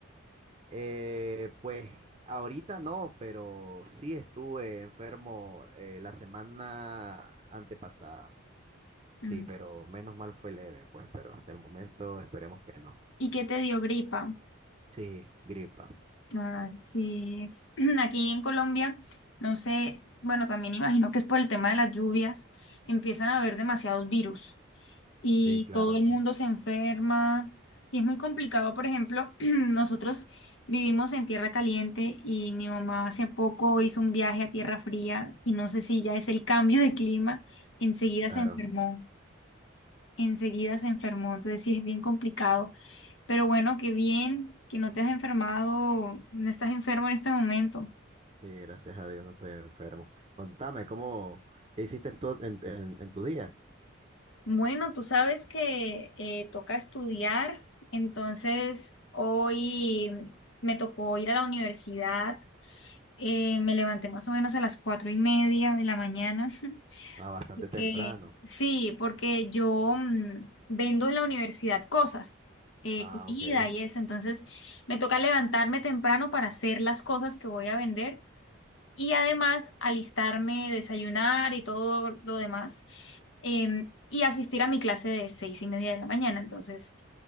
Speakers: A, on the right; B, on the left.
A: Eh, pues ahorita no, pero sí estuve enfermo eh, la semana antepasada. Sí,
B: Mm.
A: pero menos mal fue leve, pues, pero hasta el momento esperemos que no.
B: ¿Y qué te dio gripa?
A: Sí, gripa.
B: Ah, sí, <clears throat> aquí en Colombia, no sé, bueno, también imagino que es por el tema de las lluvias, empiezan a haber demasiados virus y
A: Sí, claro,
B: todo el mundo se enferma y es muy complicado. Por ejemplo, <clears throat> nosotros vivimos en tierra caliente y mi mamá hace poco hizo un viaje a tierra fría y no sé si ya es el cambio de clima, enseguida
A: claro.
B: se enfermó enseguida se enfermó, entonces sí es bien complicado. Pero bueno, qué bien que no te has enfermado, no estás enfermo en este momento.
A: Sí, gracias a Dios no estoy enfermo. Contame, ¿cómo, qué hiciste en tu, en, en- en tu día?
B: Bueno, tú sabes que eh, toca estudiar, entonces hoy me tocó ir a la universidad, eh, me levanté más o menos a las cuatro y media de la mañana <laughs>
A: Ah, bastante
B: Porque,
A: temprano.
B: sí, porque yo mm, vendo en la universidad cosas, eh,
A: Ah,
B: comida
A: ok.
B: y eso, entonces me toca levantarme temprano para hacer las cosas que voy a vender y además alistarme, desayunar y todo lo demás em, y asistir a mi clase de seis y media de la mañana, entonces